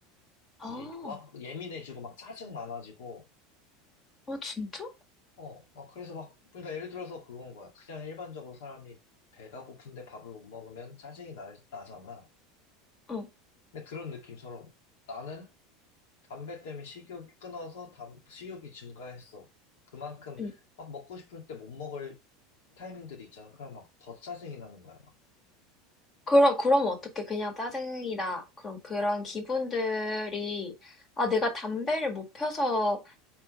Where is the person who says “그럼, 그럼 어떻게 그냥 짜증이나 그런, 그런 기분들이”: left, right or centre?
Left